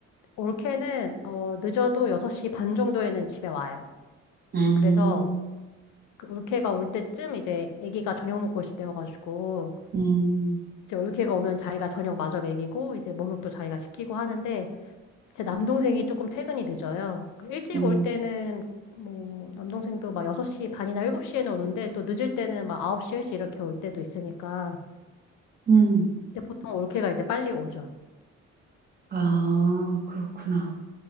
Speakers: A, on the left (about 80°); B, on the right (about 30°).
A: 올케는 어, 늦어도 6시 반 정도에는 집에 와요.
B: 음.
A: 그래서 그 올케가 올 때쯤 이제 아기가 저녁 먹고 있을 때여가지고
B: 음,
A: 이제 올케가 오면 자기가 저녁 마저 먹이고 이제 목욕도 자기가 시키고 하는데 제 남동생이 조금 퇴근이 늦어요. 그 일찍
B: 음,
A: 올 때는 뭐 남동생도 막 6시 반이나 7시에는 오는데 또 늦을 때는 막 9시, 10시 이렇게 올 때도 있으니까
B: 음.
A: 근데 보통 올케가 이제 빨리 오죠.
B: 아, 그렇구나.